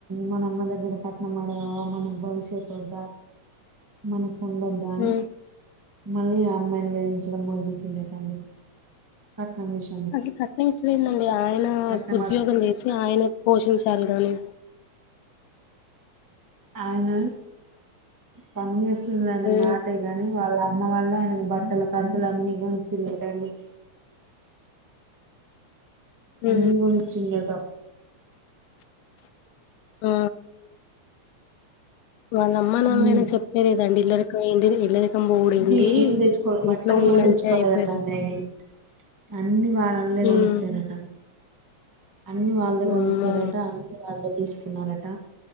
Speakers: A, on the right (about 30°); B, on the left (about 85°).
A: మన అమ్మ దగ్గర కట్నం అడగాల అ మన భవిష్యత్తు వద్ద మనకు ఉండోద్దా అని
B: ఉ
A: మళ్ళీ అమ్మాయిని వేధించడం మొదలుపెట్టిందట అండి కట్నం విషయంలో
B: అసలు కట్టనించలేందండి ఆయన
A: కట్నం
B: ఉద్యోగం
A: అడు
B: చేసి ఆయన పోషించాలి గాని.
A: ఆయన పని చేేస్తుండ ఆయన
B: ఉ
A: మాట కాని వాళ్ళ అమ్మ వాళ్ళ ఆయనకు బట్టల పంచలు అన్ని కూడా కొనిచ్చిలేదండి అన్ని
B: ఉ
A: కొనిచింది అంట
B: ఆ వాళ్ళ అమ్మ నాళైనా
A: ఉమ్
B: చెప్పలేదండి ఇల్లరికి ఇల్లరికి పకంబోడింది
A: అన్ని ఏం తెచ్చుకోలే
B: ఇంట్లో
A: బట్టలు
B: ఉందంటే
A: కూడా తెచ్చుకోలేదటండి
B: అయిపోయది
A: ఆయన అన్ని వాళ్ళలే
B: హ్మ్
A: కొనిచ్చారట అన్ని వాళ్ళే
B: వామ్మో
A: కొనిచ్చారట అన్ని వాళ్ళే చూసుకున్నారట